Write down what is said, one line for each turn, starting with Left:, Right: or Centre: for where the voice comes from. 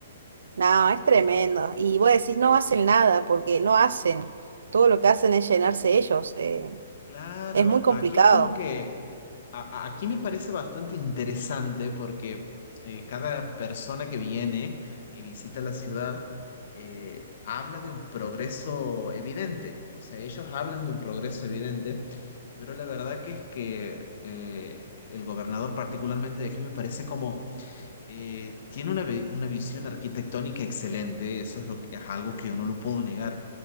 Right: No, es
Left: Eh,
Right: tremendo. Y vos decís, no
Left: es
Right: hacen nada, porque no hacen. Todo lo que hacen es llenarse ellos. eh,
Left: claro,
Right: es muy complicado.
Left: aquí es como que a- a- aquí me parece bastante interesante porque eh, cada persona que viene, que visita la ciudad, eh, habla de un progreso evidente. O sea, ellos hablan de un progreso evidente, pero la verdad que es que eh, el gobernador particularmente de aquí me parece como eh, tiene una, vi- una visión arquitectónica excelente. Eso es, lo, que- es algo que yo no lo puedo negar,